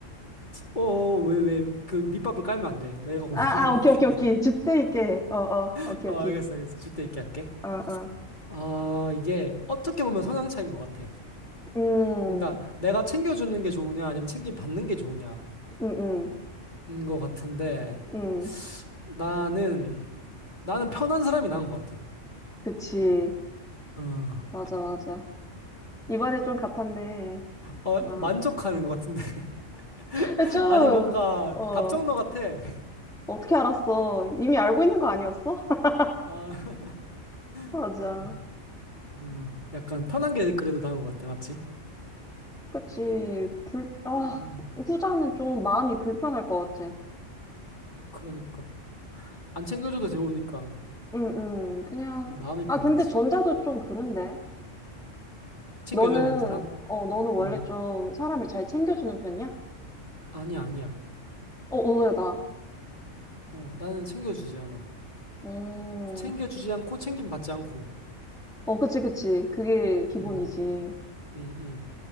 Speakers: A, on the left (about 40°); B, in the centre.
A: 어, 어, 왜, 왜, 그 밑밥을 깔면 안 돼. 내가 고민을
B: 아,
A: 해볼게.
B: 아, 오케이, 오케이, 오케이. 주태 있게. 어, 어, 오케이,
A: <laughs> 어,
B: 오케이.
A: 알겠어, 알겠어. 줄 때 있게 할게.
B: 어, 어.
A: 아, 이게 어떻게 보면 성향 차이인 것 같아.
B: 음,
A: 그러니까 내가 챙겨주는 게 좋으냐, 아니면 챙김 받는 게 좋으냐인
B: 음, 음,
A: 것 같은데,
B: 음.
A: 나는, 나는 편한 사람이 나은 것 같아.
B: 그치.
A: 어,
B: 맞아, 맞아. 이번에 좀 같았네.
A: 어,
B: 어.
A: 만족하는 것 같은데. <laughs>
B: 근데 좀,
A: 아니, 뭔가
B: 어,
A: 답정너 같아. <laughs>
B: 어떻게 알았어? 이미 알고 있는 거 아니었어? <laughs>
A: 아, <laughs>
B: 맞아.
A: 어. 음, 약간 편한 게 그래도 나은 것 같아, 맞지?
B: 그치. 불, 아,
A: 음,
B: 후자는 좀 마음이 불편할 것 같아.
A: 그러니까. 안 챙겨줘도 좋으니까
B: 응, 응. 그냥,
A: 음, 마음이
B: 아,
A: 편해야지.
B: 근데 전자도 좀 그런데.
A: 챙겨줘야
B: 너는,
A: 되는 사람?
B: 어, 너는 원래
A: 음,
B: 좀 사람을 잘 챙겨주는 편이야?
A: 아니야, 아니야.
B: 어, 의외다.
A: 어, 나는 챙겨주지 않아.
B: 음,
A: 챙겨주지 않고 챙김 받지 않고.
B: 어, 그치, 그치. 그게 기본이지.
A: 음, 음, 음.